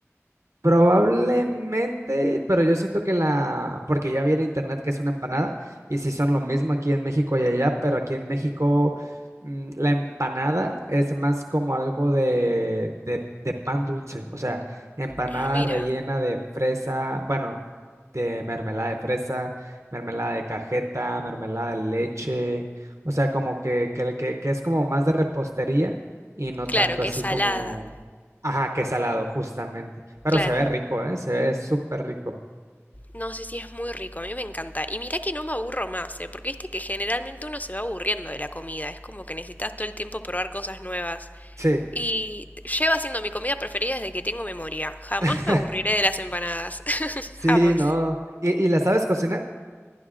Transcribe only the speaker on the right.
Probablemente, pero yo siento que la, porque ya vi en internet que es una empanada, y si son lo mismo aquí en México y allá, pero aquí en México mm, la empanada es más como algo de, de, de pan dulce, o sea, empanada
rellena de fresa, bueno, de mermelada de fresa, mermelada de cajeta, mermelada de leche, o sea, como que, que, que que es como más de repostería y no tanto
así
como Ajá, que salado, justamente. Pero
se ve rico, ¿eh? Se ve súper rico.
Sí.
<laughs>
Sí,
no. ¿Y, y la sabes cocinar?